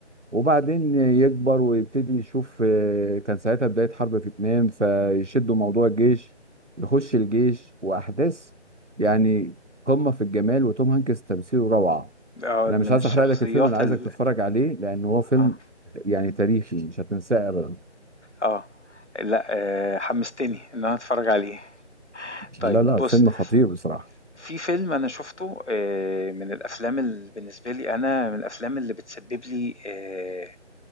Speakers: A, on the right; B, on the left.
A: وبعدين يكبر ويبتدي يشوف آه، كان ساعتها بداية حرب فيتنام فيشدوا موضوع الجيش يخش الجيش وأحداث يعني قمة في الجمال وتوم هانكس تمثيله روعة
B: آه،
A: أنا
B: من
A: مش عايز
B: الشخصيات
A: أحرق لك الفيلم أنا عايزك
B: ال
A: تتفرج عليه لأن هو فيلم
B: آه،
A: يعني تاريخي مش هتنساه أبدا
B: آه، لأ، آآ، حمستني إن أنا أتفرّج عليه. طيب
A: لا لا
B: بُص،
A: فيلم خطير بصراحة
B: في فيلم أنا شُفته آآ، من الأفلام ال بالنسبة لي أنا من الأفلام اللي بتسبب لي آآ،